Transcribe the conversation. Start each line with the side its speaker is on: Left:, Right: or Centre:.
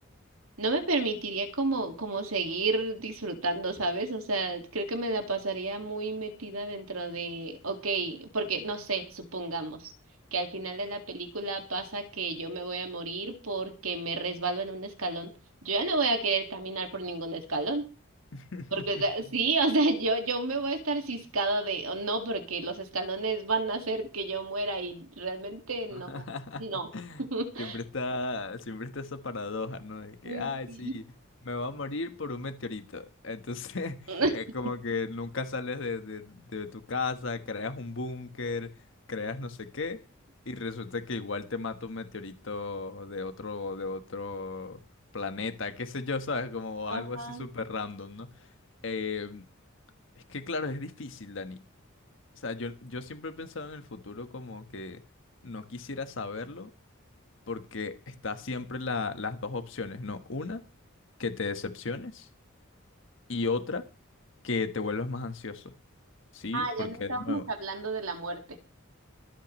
Right: no me permitiría como, como seguir disfrutando, ¿sabes? O sea, creo que me la pasaría muy metida dentro de, ok, porque no sé, supongamos que al final de la película pasa que yo me voy a morir porque me resbalo en un escalón. Yo ya no voy a querer caminar por ningún escalón.
Left: <laughs>
Right: Porque, o sea, <laughs> sí, o sea, yo, yo me voy a estar ciscada de, o no, porque los escalones van a hacer que yo muera y realmente no,
Left: <laughs>
Right: no. <laughs>
Left: Siempre está, siempre está esa paradoja, ¿no? De que,
Right: Mm,
Left: ay,
Right: Sí.
Left: sí, me voy a morir por un meteorito. Entonces,
Right: <laughs>
Left: <laughs> es como que nunca sales de, de- de tu casa, creas un búnker, creas no sé qué, y resulta que igual te mata un meteorito de otro, de otro planeta, qué sé yo, ¿sabes? Como
Right: Ajá.
Left: algo así súper random, ¿no? Eh, es que, claro, es difícil, Dani. O sea, yo, yo siempre he pensado en el futuro como que no quisiera saberlo porque está siempre la- las dos opciones, ¿no? Una, que te decepciones y otra, que te vuelvas más ansioso. Sí,
Right: Ah,
Left: porque
Right: ya no estábamos
Left: de nuevo,
Right: hablando de la muerte.